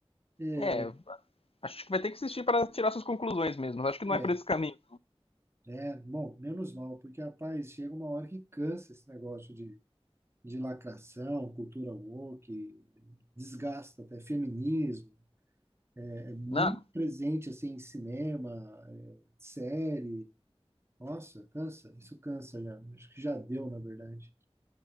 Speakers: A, on the right; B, on the left.
A: É,
B: É, acho que vai ter que assistir para tirar suas conclusões mesmo. mas Acho que não
A: é,
B: é por esse caminho.
A: É, bom, menos mal, porque, rapaz, chega uma hora que cansa esse negócio de, de lacração, cultura woke, desgasta até feminismo. É é muito
B: Não,
A: presente, assim, em cinema, é, série. Nossa, cansa, isso cansa já. Acho que já deu, na verdade.